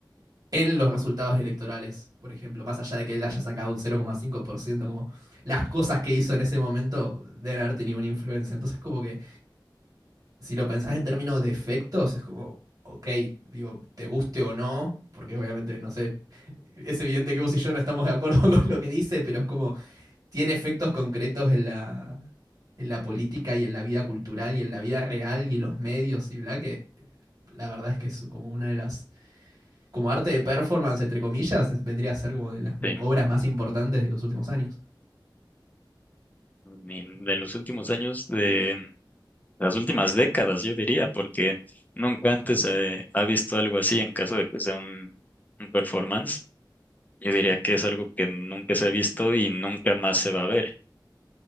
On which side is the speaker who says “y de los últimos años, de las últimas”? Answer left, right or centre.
Left